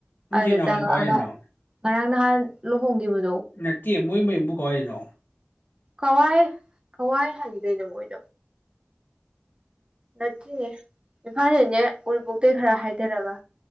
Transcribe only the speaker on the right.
ꯑꯗ
ꯆꯉꯛꯑꯒ
ꯅꯔꯥꯡ ꯅꯍꯥꯟ ꯂꯣꯍꯣꯡꯒꯤꯕꯗꯨꯅ
ꯀꯋꯥꯏ ꯀꯋꯥꯏ ꯍꯥꯏꯒꯤꯗꯣꯏꯅꯣ ꯃꯣꯏꯗꯣ ꯅꯠꯇꯦꯅꯦ ꯏꯝꯐꯥꯜꯗꯒꯤꯅꯦ ꯎꯔꯤꯄꯣꯛꯇꯩ ꯈꯔ ꯍꯥꯏꯗꯔꯒ